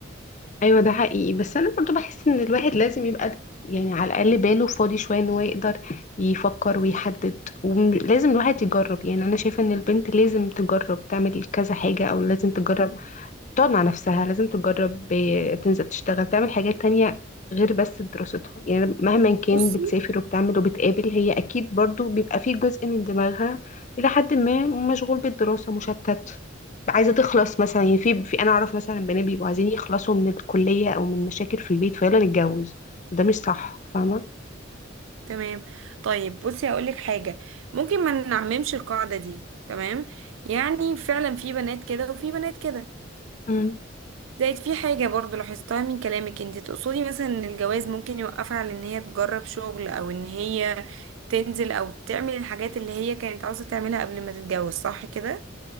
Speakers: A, on the left; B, on the right.
A: ايوه ده حقيقي بس انا برضو بحس ان الواحد لازم يبقى د- يعني على الاقل باله فاضي شويه ان هو يقدر يفكر ويحدد ولازم الواحد يجرب يعني انا شايفه ان البنت لازم تجرب تعمل كذا حاجه او لازم تجرب تقعد مع نفسها لازم تجرب آه، تنزل تشتغل تعمل حاجات تانية غير بس دراستها يعني مهما كان
B: بصي
A: بتسافر وبتعمل وبتقابل هي أكيد برضو بيبقى فيه جزء من دماغها إلى حد ما مشغول بالدراسة مشتت عايزة تخلص مثلا يعني في, في أنا أعرف مثلا بنات بيبقوا عايزين يخلصوا من الكلية أو من مشاكل في البيت فيلا نتجوز وده مش صح فاهمة
B: تمام طيب بصي هقولك حاجة ممكن ما نعممش القاعدة دي تمام يعني فعلا في بنات كده وفي بنات كده
A: امم
B: زائد في حاجة برضو لاحظتها من كلامك انت تقصدي مثلا ان الجواز ممكن يوقفها على ان هي تجرب شغل او ان هي تنزل او تعمل الحاجات اللي هي كانت عاوزة تعملها قبل ما تتجوز صح كده